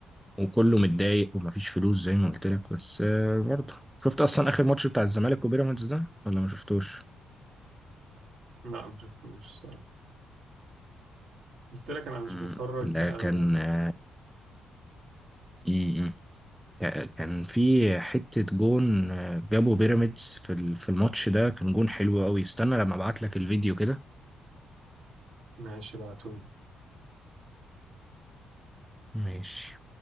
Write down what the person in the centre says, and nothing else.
وكله متضايق ومفيش فلوس زي ما قلت لك بس آه، برضه شفت اصلا اخر ماتش بتاع الزمالك وبيراميدز ده ولا ما شفتوش؟
مم.
ده
كان
آه، في كان في حتة جون آه، جابه بيراميدز في ال- في الماتش ده كان جون حلو قوي استنى لما ابعت لك الفيديو كده
ماشي